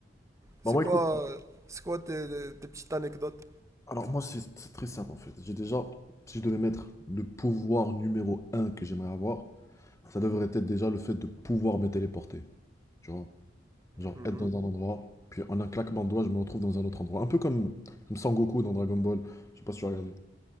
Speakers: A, on the right; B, on the left.
A: c'est
B: Bah, moi,
A: quoi,
B: écoute,
A: euh, c'est quoi tes, tes petites anecdotes?
B: alors moi, c'est c'est très simple en fait. J'ai déjà, si je devais mettre le pouvoir numéro un que j'aimerais avoir, ça devrait être déjà le fait de pouvoir me téléporter. Tu vois? Genre
A: Mhm.
B: être dans un endroit, puis en un claquement de doigts, je me retrouve dans un autre endroit. Un peu comme, comme Sangoku dans Dragon Ball. Je sais pas si tu as regardé.